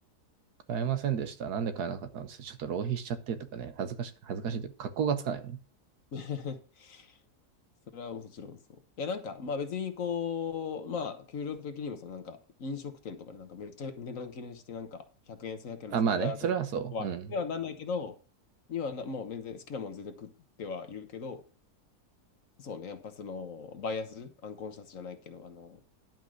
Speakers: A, on the right; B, on the left.
A: 買えませんでした。なんで買えなかったんですちょっと浪費しちゃってとかね、恥ずかしく、恥ずかしいというか、格好がつかないもんね
B: <laughs> それはもちろんそう。いや、なんか、まあ別にこう、まあ、給料的にもさ、なんか、飲食店とかでなんかめっちゃ値段気にして、なんか、100円、1100円のさ、
A: あ、まあね、
B: ああ、
A: それはそう。
B: これは、
A: うん。
B: にはなんないけど、にはな、もう全然、好きなもん全然食ってはいるけど、そうね、やっぱその、バイアス、アンコンシャスじゃないけど、あの、